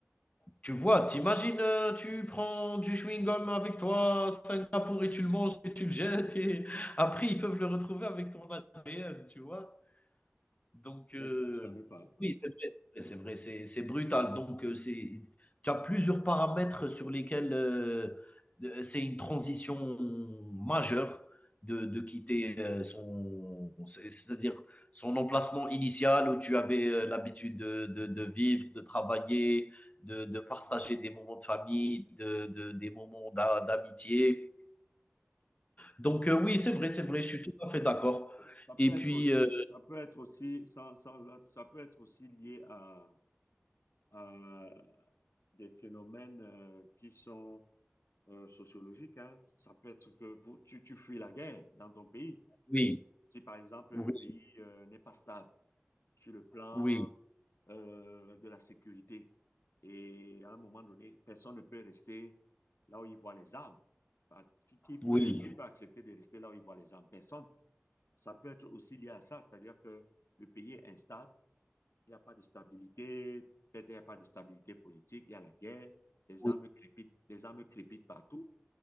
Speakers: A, on the left (about 30°); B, on the left (about 75°).
A: tu vois, t'imagines, euh, tu prends du chewing-gum avec toi, Singapour et tu le manges et tu le jettes et après ils peuvent le retrouver avec ton ADN, tu vois. Donc, heu,
B: Oui, ça, je savais pas.
A: oui, c'est vrai, c'est vrai, c'est vrai, c'est c'est brutal. Donc, heu, c'est tu as plusieurs paramètres sur lesquels, heu, de c'est une transition majeure de de quitter, heu, son c'est c'est-à-dire son emplacement initial où tu avais, heu, l'habitude de de de vivre, de travailler, de de partager des moments de famille, de de des moments d'a d'amitié. Donc, heu, oui, c'est vrai, c'est vrai, je suis tout à fait d'accord
B: Ça peut
A: et
B: être
A: puis,
B: aussi,
A: heu,
B: ça peut être aussi, ça, ça, ça peut être aussi lié à, à des phénomènes euh, qui sont euh, sociologiques. hein. Ça peut être que vous, tu, tu fuis la guerre dans ton pays.
A: oui,
B: Si, par exemple,
A: oui,
B: le pays euh, n'est pas stable, sur le plan
A: oui,
B: euh, de la sécurité. Et à un moment donné, personne ne peut rester là où il voit les armes. Ah, Qui, qui peut,
A: oui.
B: qui peut accepter de rester là où il voit les armes? Personne. Ça peut être aussi lié à ça, c'est-à-dire que le pays est instable, il n'y a pas de stabilité, peut-être il n'y a pas de stabilité politique, il y a la guerre, les
A: Oui,
B: armes crépitent, les armes crépitent partout.